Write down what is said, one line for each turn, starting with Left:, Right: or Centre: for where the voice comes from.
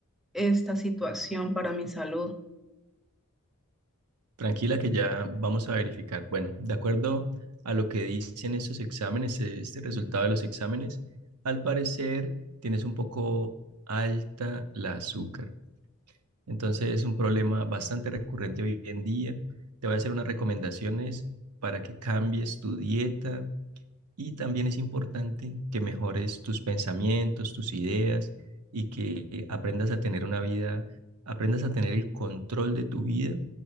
Centre: esta situación para mi salud.
Right: tranquila que ya vamos a verificar. Bueno, de acuerdo a lo que dicen estos exámenes, eh, este resultado de los exámenes, al parecer tienes un poco alta la azúcar. Entonces es un problema bastante recurrente hoy en día. Te voy a hacer unas recomendaciones para que cambies tu dieta, y también es importante que mejores tus pensamientos, tus ideas y que aprendas a tener una vida, aprendas a tener el control de tu vida